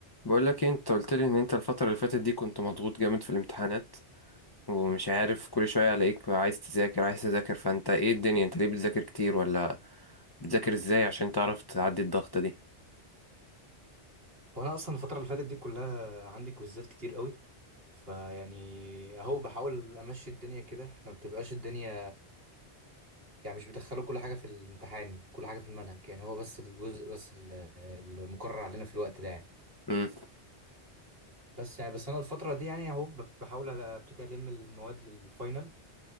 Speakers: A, on the left; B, on the right.
A: بقول لك إيه، انت قلت لي ان انت الفترة اللي فاتت دي كنت مضغوط جامد في الامتحانات ومش عارف كل شوية الاقيك عايز تذاكر عايز تذاكر فانت ايه الدنيا انت ليه بتذاكر كتير ولا بتذاكر ازاي عشان تعرف تعدي الضغطة دي
B: هو انا اصلا الفتره اللي فاتت دي كلها عندي كويزات كتير قوي فيعني اهو بحاول امشي الدنيا كده احنا ما بتبقاش الدنيا يعني مش بيدخلوا كل حاجه في الامتحان كل حاجه في المنهج يعني هو بس الجزء بس ال- المقرر علينا في الوقت ده يعني
A: امم
B: بس يعني بس انا الفتره دي يعني اهو ب- بحاول أ- ابتدي الم المواد للفاينل